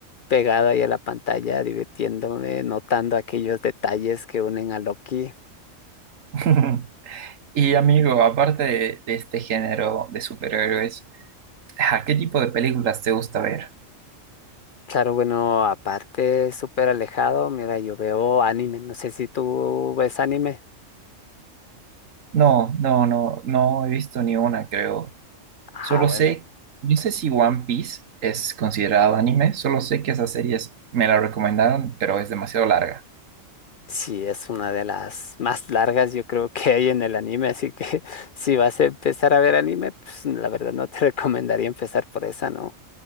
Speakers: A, on the left; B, on the right.
A: pegado ahí a la pantalla, divirtiéndome, notando aquellos detalles que unen a Loki.
B: <laughs> Y amigo, aparte de, de este género de superhéroes, ¿a qué tipo de películas te gusta ver?
A: Claro, bueno, aparte súper alejado, mira, yo veo anime, no sé si tú ves anime.
B: No, no, no, no he visto ni una, creo.
A: Ah,
B: Solo
A: bueno,
B: sé, no sé si One Piece es considerado anime, solo sé que esa serie es- me la recomendaron, pero es demasiado larga.
A: sí, es una de las más largas yo creo que hay en el anime, así que <laughs> si vas a empezar a ver anime, pues la verdad no te <laughs> recomendaría empezar por esa, ¿no?